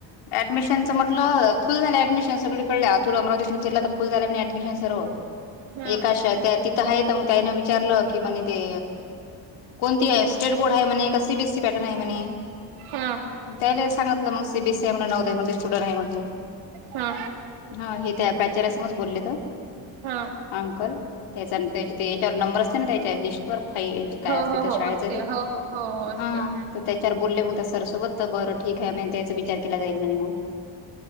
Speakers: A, on the left (about 85°); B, on the right (about 80°).
A: ऍडमिशनचं म्हटलं फुल झालंय ऍडमिशन सगळीकडे तुला अमरावतीतला तर फुल झालंय आणि ऍडमिशन सर्व
B: ह
A: एकाश त्या तिथं आहेत मग त्यान विचारलं की म्हणे ते कोणती आहे स्टेट बोर्ड आहे म्हणे का सी बीएसी पॅटर्न आहे म्हणे.
B: हा
A: त्याला सांगतलं मग सीबीसए स्टुडंट आहे म्हटलं
B: हा
A: हा हे त्या प्राचार्यासमोर बोलले
B: ह
A: अंकल त्या त्या याच्यावर नंबर असते ना त्याच्या लिस्ट व फाई काय
B: हो
A: अस
B: हो हो
A: शाळेच
B: असते
A: हे
B: हो हो हो हो असते
A: हा
B: ह
A: त्याच्यावर बोलले मग त्या सर सोबत तर बरं ठीक आहे म्हन त्याचा विचार केला जाईल म्हणे मग